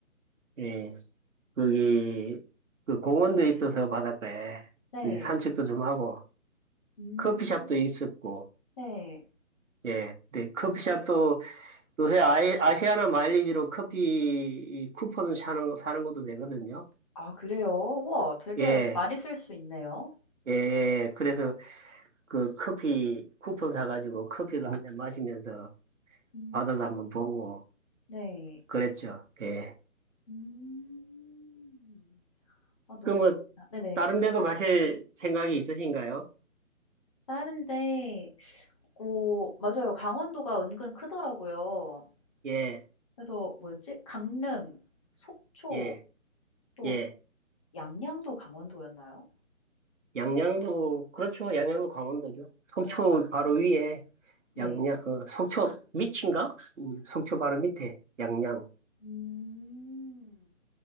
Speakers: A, on the right (about 65°); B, on the left (about 25°).
A: 예, 거기 그 공원도 있어서 바닷가에
B: 네.
A: 거기 산책도 좀 하고
B: 음.
A: 커피숍도 있었고
B: 네.
A: 예, 근데 커피숍도 요새 아이, 아시아나 마일리지로 커피 쿠폰 사는, 사는 것도 되거든요.
B: 아 그래요? 우와 되게
A: 예,
B: 많이 쓸 수 있네요.
A: 예, 예. 그래서 그 커피 쿠폰 사가지고 커피도 한잔 마시면서
B: 음.
A: 바다도 한번 보고
B: 네.
A: 그랬죠. 예.
B: 음. 아 너무
A: 그러면
B: 좋다. 네네.
A: 다른 데도 가실 생각이 있으신가요?
B: 다른데 어 맞아요. 강원도가 은근 크더라고요.
A: 예,
B: 그래서 뭐였지? 강릉, 속초,
A: 예,
B: 또
A: 예.
B: 양양도 강원도였나요?
A: 양양도, 그렇죠. 양양도 강원도죠. 속초
B: 어.
A: 바로 위에
B: 네.
A: 양양, 어, 속초 밑인가? 음, 속초 바로 밑에 양양.
B: 음.